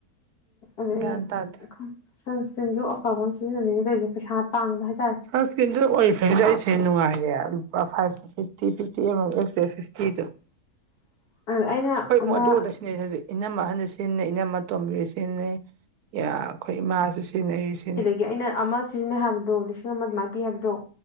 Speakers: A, on the left (about 75°); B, on the right (about 75°).
A: ꯑꯗꯩ
B: ꯒ꯭ꯌꯥꯟ ꯇꯥꯗꯦ
A: ꯁꯟꯁꯀ꯭ꯔꯤꯟꯁꯨ ꯑꯐꯕ ꯑꯃ ꯁꯤꯖꯤꯟꯅꯅꯤꯡꯉꯤ ꯇꯧꯏꯖꯦ ꯄꯩꯁꯥ ꯇꯥꯡꯕ ꯍꯥꯏꯇꯥꯔꯦ
B: ꯁꯟꯁꯀ꯭ꯔꯤꯟꯗꯨ ꯑꯣꯔꯤ ꯐ꯭ꯔꯦꯝꯒꯤꯗꯣ ꯑꯩꯁꯦ ꯅꯨꯡꯉꯥꯏꯌꯦ ꯂꯨꯄꯥ five fifty fifty S P F ꯐꯤꯐꯇꯤꯗꯣ
A: <inaudible> ꯑꯩꯅ
B: ꯑꯩꯈꯣꯏ ꯏꯃꯨꯡ
A: ꯑꯃ
B: ꯑꯗꯨ ꯉꯥꯛꯇ ꯁꯤꯖꯤꯟꯅꯩ ꯍꯧꯖꯤꯛ ꯏꯅꯝꯃ ꯑꯍꯟꯁꯨ ꯁꯤꯖꯤꯟꯅꯩ ꯏꯅꯝꯃ ꯑꯇꯣꯝꯕꯤꯁꯨ ꯁꯤꯖꯤꯟꯅꯩ ꯑ ꯑꯩꯈꯣꯏ ꯏꯃꯥꯁꯨ ꯁꯤꯖꯤꯟꯅꯩ ꯑꯩꯖꯨ ꯁꯤꯖꯤꯟꯅꯩ
A: ꯒꯤ ꯑꯩꯅ ꯑꯃ ꯁꯤꯖꯤꯟꯅꯩ ꯍꯥꯏꯕꯗꯣ ꯂꯤꯁꯤꯡ ꯑꯃ ꯑꯗꯨꯃꯥꯏꯅ ꯄꯤ ꯍꯥꯏꯕꯗꯣ